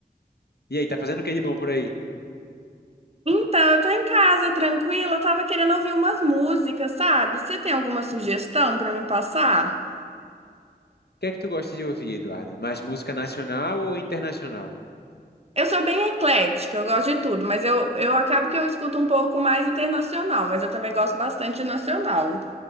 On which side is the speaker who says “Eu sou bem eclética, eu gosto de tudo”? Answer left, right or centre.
Right